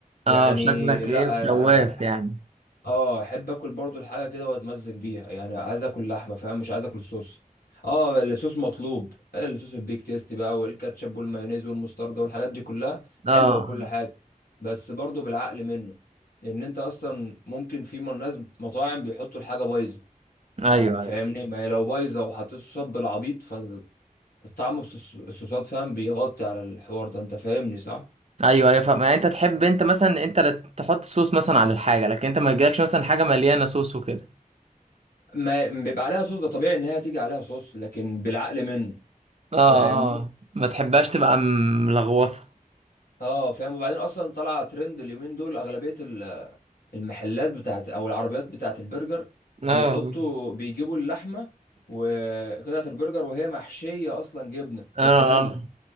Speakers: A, on the right; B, on the left.
A: اه
B: يعني
A: شكلك
B: لا
A: ايه
B: انا
A: شواف
B: أنا
A: يعني
B: اه احب اكل برضو الحاجه كده واتمزج بيها يعني عايز اكل لحمه فاهم مش عايز اكل صوص اه الصوص مطلوب الصوص البيك تيست بقى والكاتشب والمايونيز والمستردة والحاجات دي كلها حلوه
A: اه
B: وكل حاجه بس برضو بالعقل منه لان انت اصلا ممكن في من ناس مطاعم بيحطوا الحاجه بايظه يعني
A: ايوه
B: فاهمني
A: ايوه.
B: ما هي لو بايظه وحطيت صوصات بالعبيط فالطعم بصوص- الصوصات فاهم بيغطي على الحوار ده انت فاهمني صح
A: ايوه ايوه فاهم يعني انت تحب انت مثلا انت اللي تحط صوص مثلا على الحاجه لكن انت ما يجيلكش مثلا حاجه مليانه صوص وكده
B: ما بيبقى عليها صوص ده طبيعي ان هي تيجي عليها صوص لكن بالعقل منه
A: اه
B: فاهمني
A: اه ما تحبهاش تبقى ملغوصه
B: اه فاهم وبعدين اصلا طلع ترند اليومين دول اغلبيه ال- المحلات بتاعت او العربيات بتاعت البرجر
A: اه
B: بيحطوا بيجيبوا اللحمه وقطعه البرجر وهي محشيه اصلا جبنه
A: <laughs> اه
B: موتزاريلا
A: اه